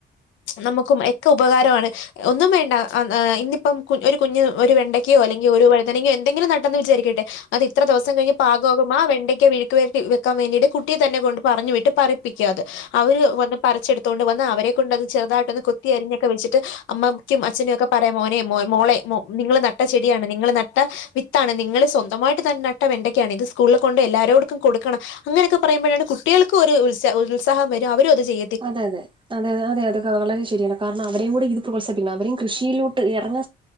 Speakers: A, on the left; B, on the right.
A: നമുക്കും എക്ക ഉപകാരവാണ്. ഒന്നും വേണ്ട ഇന്നിപ്പം കുഞ് ഒരു കുഞ്ഞ് ഒരു വെണ്ടക്കയോ അല്ലെങ്കി ഒരു വഴുതനങ്ങയോ എന്തെങ്കിലും നട്ടെന്ന് വിചാരിക്കട്ടെ അത് ഇത്ര ദെവസം കഴിഞ്ഞ് പാ കോകുമാ വെണ്ടയ്ക്ക് മെയുക്കുവരട്ടി വെയ്ക്കാൻ വേണ്ടിയിട്ട് കുട്ടിയെതന്നെ കൊണ്ട് പറഞ്ഞു വിട്ട് പറപ്പിക്കാത് അവര് വന്ന് പറിച്ചെടുത്തോണ്ട് വന്ന് അവരെ കൊണ്ട് അത് ചെറുതായിട്ട് ഒന്ന് കൊത്തിയരിഞ്ഞൊക്കെ വെച്ചിട്ട് അമ്മ യ്ക്കും അച്ഛനും ഒക്കെ പറയാം മോനെ മോളെ നിങ്ങള് നട്ട ചെടിയാണ് നിങ്ങള് നട്ട വിത്താണ് നിങ്ങള് സ്വന്തമായിട്ട് തന്നെ നട്ട വെണ്ടക്കയാണ് ഇത് സ് സ്കൂള് കൊണ്ടോയി എല്ലാരോട്ക്കും കൊടുക്കണം അങ്ങനെയൊക്കെ പറയുമ്പഴാണ് കുട്ടികൾക്കും ഒരു ഉത് ഉത്സാഹം വര് എല്ലാവരു അത് ചെയ്യും
B: അതെ അതെ അതെ അത അതെ അതെ വളരെ ശരിയാണ് കാരണം അവരെയും കൂടി ഇത് പ്രോത്സാിപ്പിക്കണം. അവരും കൃഷിയിലോട്ട് ഇറങ്ങ